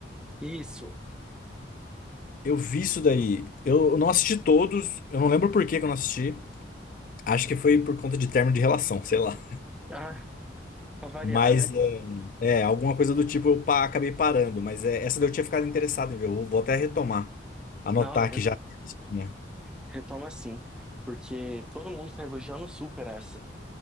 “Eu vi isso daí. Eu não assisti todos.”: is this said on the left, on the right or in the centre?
Left